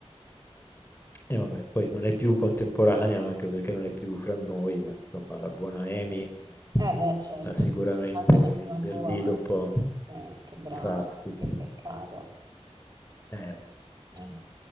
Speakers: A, on the left; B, on the right.
A: E vabbè, poi non è più contemporanea, anche perché non è più fra noi, ma insomma la buona Amy eh,
B: Eh beh, certo,
A: ha sicuramente
B: Ah, c'è l'anima
A: rinverdito
B: sua, ma
A: un po'
B: sì, che brava,
A: i fasti.
B: che peccato.
A: Eh, vabbè.
B: Eh.